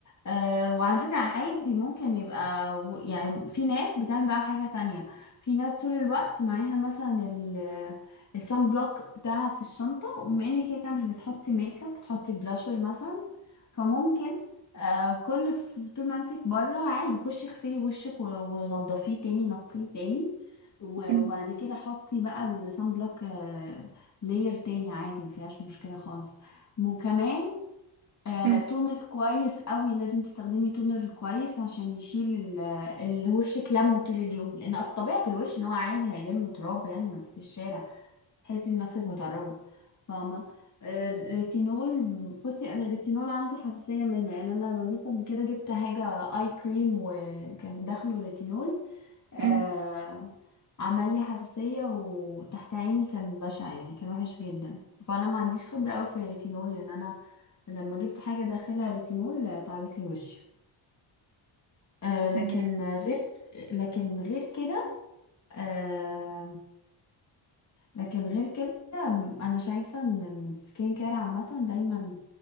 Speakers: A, on the left; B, on the right.
A: آه وعلى فكرة عادي ممكن يبقى و- يعني في ناس بتعمل بقى حاجة تانية في ناس طول الوقت معاها مثلا ال السان بلوك بتاعها في الشنطة وبما انك كده كده مش بتحطي ميك اب بتحطي بلاشر مثلا فممكن آه كل ف- طول ما انتي بره عادي خشي اغسلي وشك و- ونضفيه تاني نقيه تاني و-
B: مم.
A: وبعد كده حطي بقى السان بلوك آه لاير تاني عادي مفيهاش مشكلة خالص وكمان آه،
B: مم.
A: تونر كويس قوي لازم تستخدمي تونر كويس عشان يشيل ال- الوش كلامه طول اليوم لان اصل طبيعه الوش ان هو عادي هيلم تراب يعني ما انت في الشارع تحسي بنفسك متربه فاهمه آه، الريتينول بصي انا الريتينول عندي حساسيه منه يعني انا لما جيت قبل كده جبت حاجه اي كريم وكان داخله ريتينول آه
B: مم.
A: عمل لي حساسيه وتحت عيني كان بشع يعني كان وحش جدا فانا ما عنديش خبره قوي في الريتينول لان انا لما جبت حاجة داخلها ريتينول آه، تعبت لي وشي آه لكن
B: مم.
A: غير لكن غير كده آه لكن غير كده أنا شايفة إن السكين كير عامة دايما